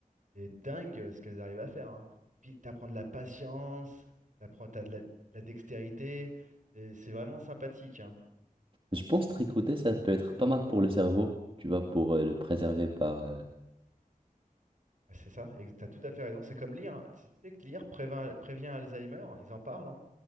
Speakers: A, on the right; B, on the right.
A: c'est dingue euh, ce qu'elles arrivent à faire. hein. Et puis, t'apprends de la patience, t'apprends, t'as de la, de la dextérité, et c'est vraiment sympathique. hein.
B: <laughs> Je pense tricoter, ça peut être pas mal pour le cerveau. Tu vois, pour euh, le préserver par... euh,
A: C'est ça, et t'as tout à fait raison. C'est comme lire. hein. Tu sais que lire prévin- prévient Alzheimer, ils en parlent. hein.